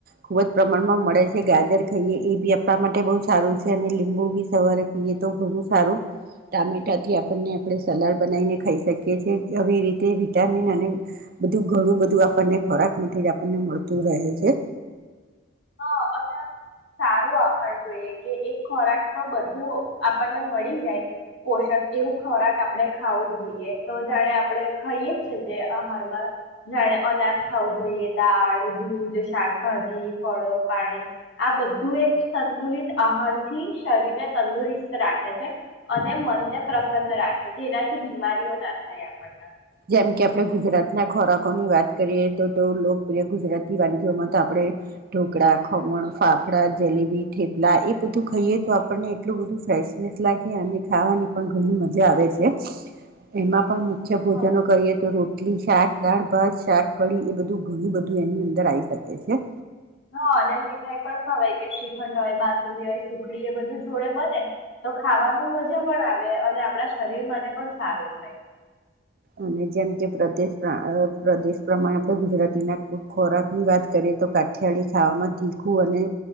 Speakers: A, on the right; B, on the left.
A: ખુબ જ પ્રમાણમાં મળે છે ગાજર ખાઈએ એ બી આપણા માટે બહ સારું છે અને લીબુ બી સવારે પીએ તો ઘણું સારું ટામેટાથી આપને આપણે સલાડ બનાવીને ખાઈ શકીએ છેએ આવી રીતે વિટામિન અને બધું ઘણું બધું આપને ખોરાકમાંથી જ આપને મળતું રહે છે.
B: હા, અનામ સારો આહાર જોઈએ કે એક ખોરાકમાં બધું આપણને મળી જાય પોષક એવું ખોરાક આપણે ખાવું જોઈએ તો જાણે આપણે ખાઈએ જ છે જે આહારમાં જાણે અનાજ ખાવું જોઈએ દાળ, દૂધ, શાકભાજી ફળો પાણી આ બધું એક સંતુલિત આહાર થી શરીર ને તંદુરસ્ત રાખે છે અને મનને પ્ર પ્રસન્ન રાખે જેનાથી બીમારીઓ ના થાય આપણન.
A: જેમ કે આપણે ગુજરાતના ખોરાકોની વાત કરીએ તો તો લોકપ્રિય ગુજરાતી વાનગીઓમાં તો આપણે ઢોકળા, ખમણ, ફાફડા, જલેબી, થેપલા એ બધું ખાઈએ તો આપણને એટલું બધું ફેશનેસ લાગી અને ખાવાની પણ ઘણી મજા આવે છે. એમાં પણ મુખ્ય
B: હા.
A: ભોજ બીજા નો કરીએ તો રોટલી-શાક, દાળ-ભાત, શાક, કઢી એ બધું ઘણું બધું એની અંદર આવી શકે છે.
B: હા, અને મીઠાઈ પણ ખવાય કે શ્રીખંડ હોય બાસુંદી હોય સુખડી એ બધું જોડે બને તો ખાવાનું મજા પણ આવે અને આપણા શરીર માટે પણ સારું થાય.
A: અને જેમ કે પ્રદેશના-પ્રદેશ પ્રમાણે આપણે ગુજરાતીના ખોરાક ની વાત કરીએ તો કાઠિયાળી ખાવામાં તીખું અને